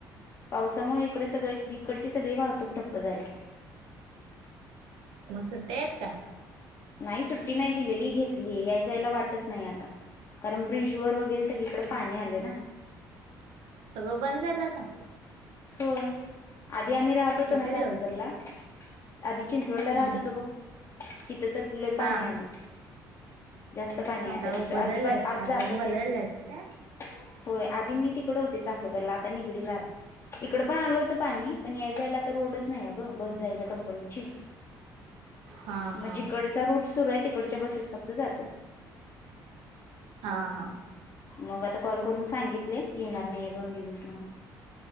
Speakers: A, on the left; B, on the right.
A: पावसामुळे इकडे सगळ इकडची सगळी वाहतूक ठप्प झाली.
B: मग सुट्ट्या आहेत का?
A: नाही सुट्टी नाही दिलेली घेतलीय याय जायला वाटच नाही आता कारण ब्रिज वर वगैरे सगळीकडे पाणी आले ना.
B: सगळं बंद झालं आता
A: होय आधी आम्ही राहत होतो
B: किती
A: ना चाचेकरला
B: दिवस
A: आधी चिंचवडला
B: हम्म
A: राहत होतो बघ. किथं तर कुले पाणी
B: हा
A: आले. जास्त पाणी
B: मग
A: आता तिथं
B: बदलल्यास
A: अजिबात
B: का
A: आज आातच
B: रूम बदलल्यास
A: येत ना.
B: काय
A: होय आधी मी तिकडे होते चाफेकरला आता निगडीला आल. इकड पण आलं होतं पाणी पण याय जायला तर रोडच नाही अ गं बस जायला कंपनीची
B: हा हा
A: मग जिकडचा रूट सुरू आहे तिकडच्या बसेस फक्त जातात.
B: हा हा.
A: मग आता कॉल करून सांगितले येणार नाहीये दोन दिवस म्हणून